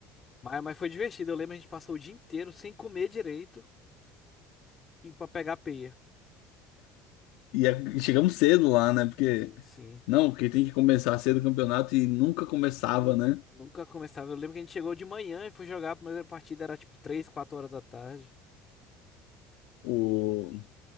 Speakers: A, on the left; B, on the left.
A: Mas, mas foi divertido. Eu lembro a gente passou o dia inteiro sem comer direito e pra pegar peia.
B: E é- chegamos cedo lá, né? Porque,
A: Sim. Sim.
B: não, porque tem que começar cedo o campeonato e nunca começava,
A: Nu-
B: né?
A: Nunca começava. Eu lembro que a gente chegou de manhã e foi jogar. A primeira partida era tipo 3 4 horas da tarde.
B: O...